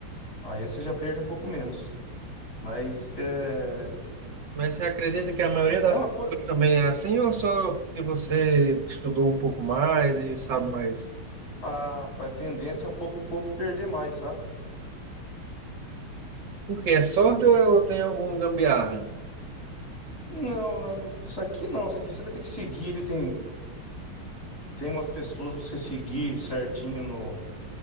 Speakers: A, on the left; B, on the right.
A: Aí você já perde um pouco menos. Mas é,
B: Mas você acredita que a maioria das
A: é uma coisa.
B: pessoas também é assim ou só porque você estudou um pouco mais e sabe mais?
A: A, a tendência é um pouco o povo perder mais, sabe?
B: Porque é sorte ou é- ou tem algum gambiarra?
A: Não, lá no- isso aqui não, isso aqui você vai ter que seguir. Ele tem, tem umas pessoas pra você seguir certinho no.